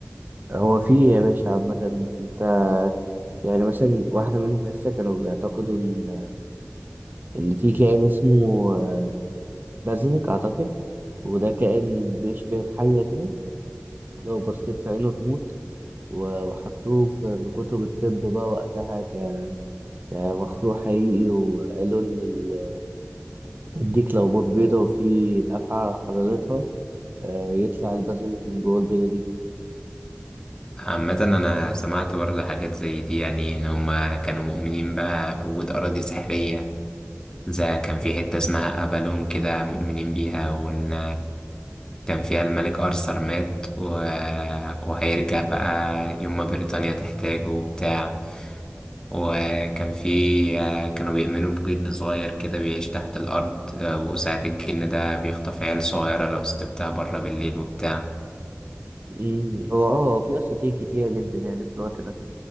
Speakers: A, on the right; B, on the left.
A: هو في يا باشا عامة أنت يعني مثلا واحدة منهم لسه كانوا بيعتقدوا إن إن في كائن اسمه آه، بازلك أعتقد وده كائن بيشبه الحية كده ولو بصيت في عينه تموت و- وحطوه في في كتب الطب بقى وقتها ك- كمخلوق حقيقي وقالوا إن ال- الديك لو بيضة وفي أفعى حضارتها آه، يطلع البازiliك من جوه البيضة دي
B: عامة أنا سمعت برضه حاجات زي دي يعني إن هما كانوا مؤمنين بقى بوجود أراضي سحرية زي كان في حتة اسمها أفالون كده مؤمنين بيها وإن كان فيها الملك أرثر مات و... وهيرجع بقى يوم ما بريطانيا تحتاجه وبتاع وكان في كانوا بيؤمنوا بجن صغير كده بيعيش تحت الأرض وساعة الجن ده بيخطف عيال صغيرة لو سبتها بره بالليل وبتاع
A: مم. هو اه في أساطير كتيرة جدا يعني في الوقت ده